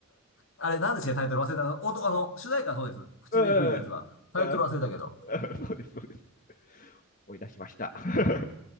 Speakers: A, on the left (about 65°); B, on the left (about 40°).
A: あれ、なんでしたっけタイトル忘れた。あの、おとあの、主題歌そうです。口笛吹いてですわ。
B: うん、あ
A: タイトル忘れたけど。
B: あ、そうです、そうです。思い出しました。<laughs>